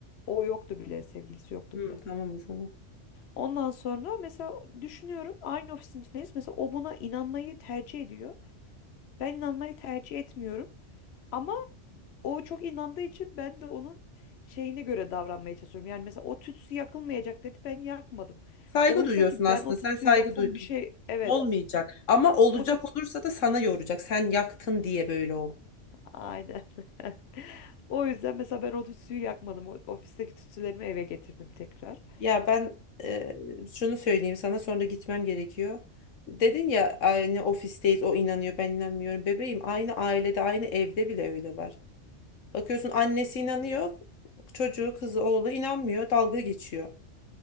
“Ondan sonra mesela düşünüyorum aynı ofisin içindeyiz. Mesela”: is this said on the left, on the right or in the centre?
Left